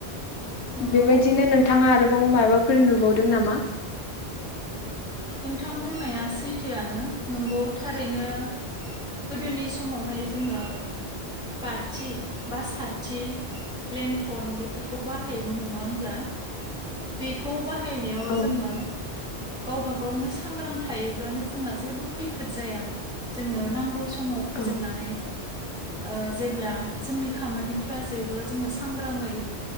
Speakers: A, in the centre; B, on the left.
A: नंगौ
B: बे बायदिनो नोंथांङा आरो बाव माफोर नुबावदों नामा?
A: नोंथां बुंनाया सैथोआनो नंगौ थारैनो गोदोनि समावहाय जोंङो बाथि बा साथि लेन्थन बेफोरखौ बाहायोमोन नंङा होमब्ला बेखौ बाहाय बाहायनायाव
B: औ
A: जोंङो गावबा गावनो सांग्रां थायोब्लानो जोंहा जेबो खैफोद जाया जोंङो नांगौ सम समाव फोजोंनानै
B: औ
A: ओ जेब्ला जोंनि खामानिफ्रा जेबो जोंङो सांग्राङै